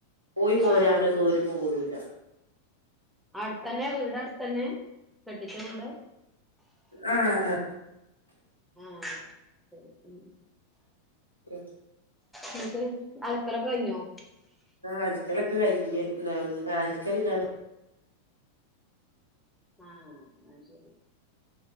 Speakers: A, on the left; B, in the centre.
A: പോയി പോരാനൊന്നും
B: ആഹ്
A: ഓര് പോരൂല
B: അടുത്തന്നെ വീട് അടുത്തെന്ന കെട്ടിച്ച വീട്
A: ആഹ ആഹ
B: ആഹ ശരി ഉ
A: ഉം
B: എന്നിട്ട് അലക്കലൊക്കെ കഴിഞ്ഞോ
A: അലക്കൊലെക്കെ കഴിഞ്ഞ് അലക്കൽ ഞാൻ
B: ആഹ ആ ശരി